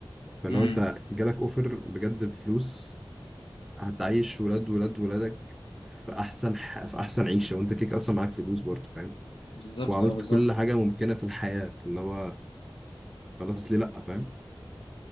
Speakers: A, in the centre; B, on the left.
A: فلو
B: امم
A: انت جالك اوفر بجد بفلوس هتعيش ولاد ولاد ولادك في احسن ح... في احسن عيشه وانت كيك اصلا معاك فلوس برضه فاهم
B: بالظبط
A: وعملت
B: اه بالظبط
A: كل حاجه ممكنه في الحياه اللي هو خلاص ليه لا فاهم